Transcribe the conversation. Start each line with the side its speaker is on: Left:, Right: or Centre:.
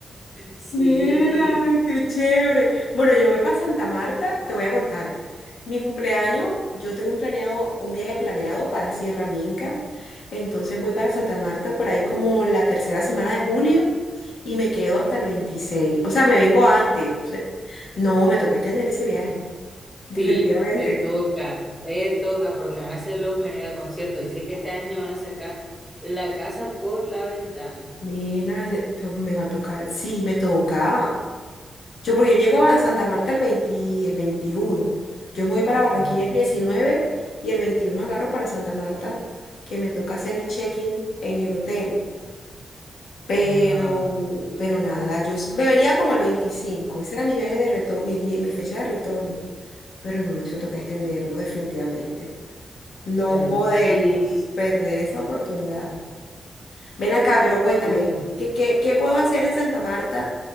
Centre: Sí,
Left: Nena, qué chévere. Bueno, yo voy para Santa Marta, te voy a contar. Mi cumpleaños, yo tengo un planeado, un viaje planeado para Sierra Minca. Entonces voy para Santa Marta por ahí como la tercera semana de julio y me quedo hasta el veintiséis O sea, me vengo antes. o sea, no, me toca extender ese viaje.
Centre: Sí,
Left: Definitivamente.
Centre: te toca, te toca, porque van a hacer los mega conciertos. Dice que este año van a sacar la casa por la ventana.
Left: Nena, ese- pues me va a tocar. Sí, me toca. Yo, porque yo llego
Centre: Yo,
Left: a Santa Marta el 20 el 21. Yo me voy para Barranquilla
Centre: ajá,
Left: el 19 y el 21 agarro para Santa Marta, que me toca hacer el check-in en el hotel. Pero,
Centre: ajá,
Left: pero nada, yo s- me venía como el veinticinco Ese era mi viaje de retorno, mi, die- mi fecha de retorno. Pero no, eso toca extenderlo definitivamente. No
Centre: claro
Left: podemos
Centre: que sí,
Left: perder esa oportunidad. Ven acá, pero cuéntame,
Centre: dude.
Left: ¿qué, qué, qué puedo hacer en Santa Marta